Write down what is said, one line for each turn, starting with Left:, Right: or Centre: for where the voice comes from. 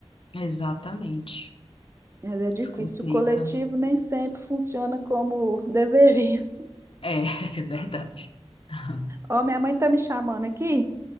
Left: exatamente.
Right: Mas é difícil,
Left: Isso complica.
Right: o coletivo nem sempre funciona como <laughs> deveria.
Left: É, <laughs> é verdade. <laughs>
Right: Ó, minha mãe tá me chamando aqui,